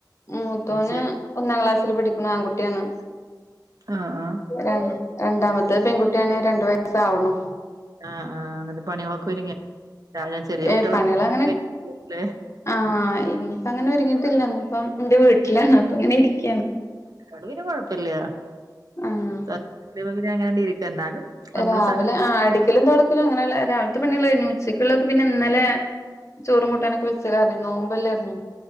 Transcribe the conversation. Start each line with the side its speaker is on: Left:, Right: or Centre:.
Left: മൂത്തോന്
Right: മ്മച്ചിയെ
Left: ഒന്നാ ക്ലാസ്സില് പഠിക്ക്ണു ആൺകുട്ടിയാണ്
Right: അഹ ആഹ
Left: രണ്ട് രണ്ടാമത്തെത് പെൺകുട്ടിയാണ് രണ്ട് വയസ്സാവ്ണു
Right: ആഹ അഹ എന്നട്ട് പണികളൊക്കൊരിങ്ങിയ ഞാ വിചാരി ചെറിയ
Left: ഏഹ്
Right: കുട്ടികളൊന്നും
Left: പണികളങ്ങനെ
Right: <inaudible> ലേ
Left: ആഹ് ഇനിപ്പ അങ്ങനൊര്ങ്ങിട്ടില്ല ഇന്ന്പ്പം എന്റ വീട്ട്ലാണ് അപ്പ ഇങ്ങനിരിക്ക്
Right: അതോട്‌ പിന്നെ കൊയപ്പല്ല
Left: ആഹ്
Right: സത്യം പിന്ന അങ്ങനാണ്ട് ഇരിക്ക എന്നാലും നമ്മളും
Left: രാവിലെ
Right: സഹ
Left: ആ അടിക്കലും തൊടക്കലും അങ്ങനെള്ള രാവിൽത്ത പണികള് കയ്ഞ്ഞു ഉച്ചക്കുള്ളതൊക്ക പിന്നെ ഇന്നലെ ചോറും കൂട്ടാനൊക്ക വെച്ച കാർണെ നോമ്പല്ലാര്ന്നൊ.